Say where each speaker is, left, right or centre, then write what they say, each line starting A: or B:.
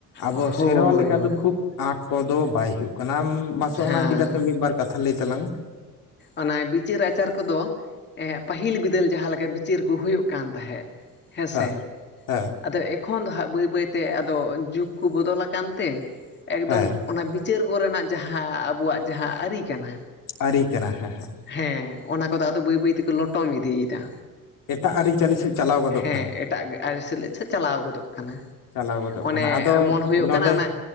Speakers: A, on the left; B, on the left.
A: ᱟᱵᱚ
B: ᱦᱳᱭ
A: ᱥᱮᱨᱣᱟ ᱞᱮᱠᱟ
B: ᱦᱳᱭ
A: ᱫᱚ ᱠᱷᱩᱵ ᱟᱸᱴ ᱠᱚᱫᱚ ᱵᱟᱭ ᱦᱩᱭᱩᱜ ᱠᱟᱱᱟ ᱢᱟᱥᱮ
B: ᱦᱮᱸ
A: ᱚᱱᱟ ᱤᱫᱤᱠᱟ ᱠᱟᱛᱮᱫ ᱢᱤᱫ-ᱵᱟᱨ ᱠᱟᱛᱷᱟ ᱞᱟᱹᱭ ᱛᱟᱞᱟᱝ ᱢᱮ᱾
B: ᱚᱱᱟ ᱵᱤᱪᱟᱹᱨ ᱟᱪᱟᱨ ᱠᱚᱫᱚ ᱮ ᱯᱟᱹᱦᱤᱞ ᱵᱤᱫᱟᱹᱞ ᱡᱟᱦᱟᱸ ᱞᱮᱠᱟ ᱵᱤᱪᱟᱹᱨ ᱠᱚ ᱦᱩᱭᱩᱜ ᱠᱟᱱ ᱛᱟᱦᱮᱸᱫ᱾ ᱦᱮᱸ
A: ᱢᱮ
B: ᱥᱮ
A: ᱦᱮᱸ ᱦᱮᱸ
B: ᱟᱫᱚ ᱮᱠᱷᱚᱱ ᱫᱚ ᱦᱟᱸᱜ ᱵᱟᱹᱭ ᱵᱟᱹᱭᱛᱮ ᱟᱫᱚ ᱡᱩᱜ ᱠᱚ ᱵᱚᱫᱚᱞ ᱟᱠᱟᱱ ᱛᱮ ᱮᱠᱫᱚᱢ
A: ᱦᱮᱸ
B: ᱚᱱᱟ ᱵᱤᱪ ᱪᱟᱹᱨ ᱠᱚᱨᱮᱱᱟᱜ ᱡᱟᱦᱟᱸ ᱟᱵᱚᱣᱟᱜ ᱡᱟᱦᱟᱸ ᱟᱹᱨᱤ ᱠᱟᱱᱟ᱾
A: ᱟᱹᱨᱤ ᱠᱟᱱᱟ ᱦᱮᱸ ᱦᱮᱸ᱾
B: ᱦᱮᱸ ᱚᱱᱟ ᱠᱚᱫᱚ ᱟᱫᱚ ᱵᱟᱹᱭ ᱵᱟᱹᱭ ᱛᱮᱠᱚ ᱞᱚᱴᱚᱢ ᱤᱫᱤᱭᱮᱫᱟ᱾
A: ᱮᱴᱟᱜ ᱟᱹᱨᱤᱪᱟᱹᱞᱤ ᱥᱮᱫ ᱪᱟᱞᱟᱣ ᱜᱚᱫᱚᱜ
B: ᱦᱮᱸ
A: ᱠᱟᱱᱟ᱾
B: ᱮᱴᱟᱜ ᱟᱹᱨᱤᱪᱟᱹᱞᱤ ᱥᱮᱫ ᱪᱟᱞᱟᱣ ᱜᱚᱫᱚᱜ ᱠᱟᱱᱟ
A: ᱪᱟᱞᱟᱣ ᱜᱚᱫᱚᱜ
B: ᱚᱱᱮ
A: ᱠᱟᱱᱟ ᱟᱫᱚ
B: ᱢᱚᱱ ᱦᱩᱭᱩᱜ
A: ᱱᱚᱰᱮ
B: ᱠᱟᱱᱟ ᱚᱱᱟ